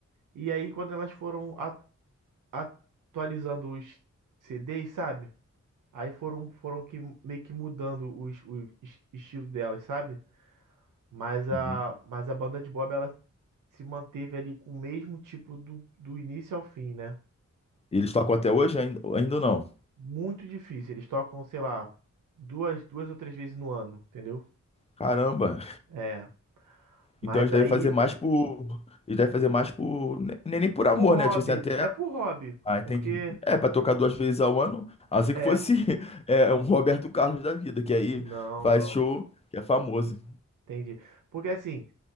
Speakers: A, on the right (about 90°); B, on the left (about 20°).
A: e aí quando elas foram a- atualizando os CDs, sabe? Aí foram, foram que, meio que mudando os, o es- estilo delas, sabe? Mas a,
B: uhum.
A: mas a banda de Bob, ela se manteve ali com o mesmo tipo do, do início ao fim, né?
B: E Eles tocam até hoje? Ainda, ainda não.
A: Muito difícil. Eles tocam, sei lá, duas, duas ou três vezes no ano, entendeu?
B: Caramba.
A: É. Mas
B: Então eles devem
A: aí,
B: fazer mais por. Eles devem fazer mais por. Nem, nem por amor,
A: por hobby.
B: né? Tipo assim, até
A: É por hobby.
B: Ah, entendi.
A: Porque,
B: É, pra tocar duas vezes ao ano, assim
A: é.
B: que fosse <laughs> é, um Roberto Carlos da vida, que aí
A: Não,
B: faz
A: não.
B: show, que é famoso.
A: Entendi. Porque assim,